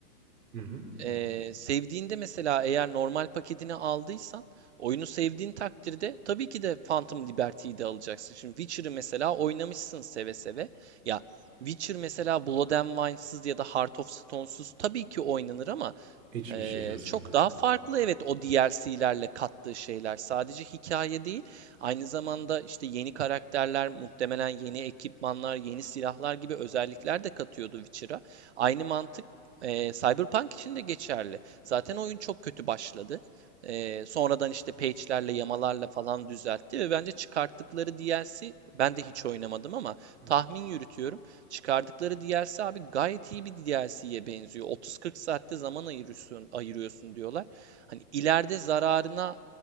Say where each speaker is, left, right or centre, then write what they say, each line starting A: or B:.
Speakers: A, on the right; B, on the right.
A: hı hı.
B: Ee, sevdiğinde mesela eğer normal paketini aldıysan oyunu sevdiğin takdirde tabii ki de Phantom Liberty'yi de alacaksın. Şimdi Witcher'ı mesela oynamışsın seve seve. Ya Witcher mesela Blood and Wine'sız ya da Heart of Stone'suz tabii ki oynanır ama
A: Hiçbir
B: Ee,
A: şey aslında.
B: çok daha farklı evet o DLC'lerle kattığı şeyler. Sadece hikaye değil, aynı zamanda işte yeni karakterler, muhtemelen yeni ekipmanlar, yeni silahlar gibi özellikler de katıyordu Witcher'a. Aynı mantık e, Cyberpunk için de geçerli. Zaten oyun çok kötü başladı. Ee, sonradan işte patch'lerle, yamalarla falan düzeltti ve bence çıkarttıkları DLC ben de hiç oynamadım ama
A: Hı hı.
B: tahmin yürütüyorum. Çıkardıkları DLC abi gayet iyi bir DLC'ye benziyor. 30-40 saatte zaman ayırıyorsun, ayırıyorsun diyorlar. Hani ileride zararına